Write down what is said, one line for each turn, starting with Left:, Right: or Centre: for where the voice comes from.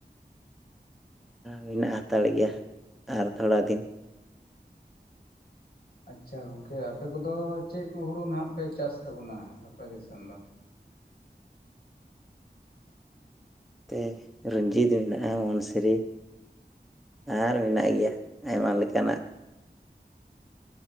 Centre: ᱢᱮᱱᱟᱜ ᱦᱟᱛᱟᱲ ᱜᱮᱭᱟ ᱟᱨ ᱛᱷᱚᱲᱟ ᱫᱤᱱ᱾
Left: ᱟᱪᱪᱷᱟ ᱜᱚᱝᱠᱮ ᱟᱯᱮ ᱠᱚᱫᱚ ᱪᱮᱫ ᱠᱚ ᱦᱩᱲᱩ ᱱᱟᱦᱟᱜ ᱯᱮ ᱪᱟᱥ ᱛᱟᱵᱚᱱᱟ ᱟᱯᱮ ᱫᱤᱥᱚᱢ ᱫᱚ?
Centre: ᱛᱮ ᱨᱚᱧᱡᱤᱛ ᱢᱮᱱᱟᱜᱼᱟ ᱢᱚᱱᱥᱨᱤ ᱟᱨ ᱢᱮᱱᱟᱜ ᱜᱮᱭᱟ ᱟᱭᱢᱟ ᱞᱮᱠᱟᱱᱟᱜ᱾